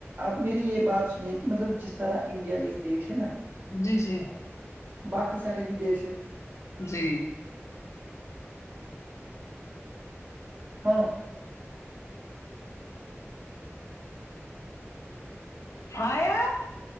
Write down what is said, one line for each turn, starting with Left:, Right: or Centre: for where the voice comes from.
Right: آپ میری یہ بات سنیے کہ مطلب جس طرح انڈیا ایک دیش ہے نا
Left: جی جی
Right: باقی سارے بھی دیش
Left: جی
Right: ہاں
Left: آیات